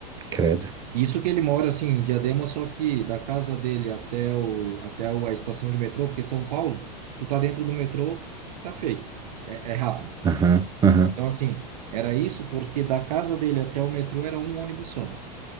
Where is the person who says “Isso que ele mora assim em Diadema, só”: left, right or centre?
Right